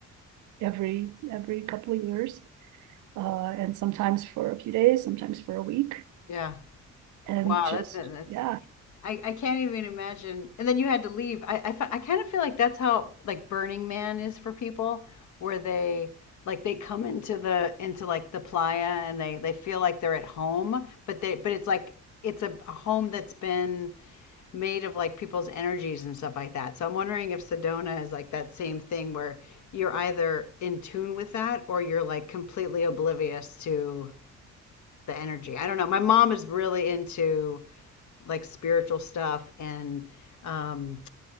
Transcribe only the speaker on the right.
every every couple of years, uh, and sometimes for a few days, sometimes for a week,
and
just
yeah.